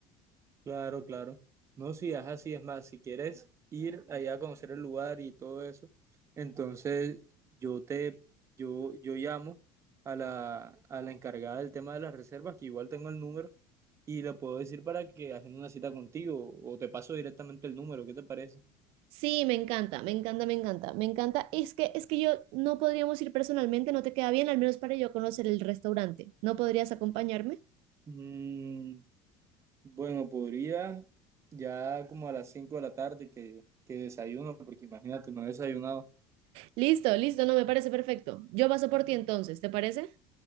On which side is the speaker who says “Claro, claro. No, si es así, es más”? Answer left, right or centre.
Right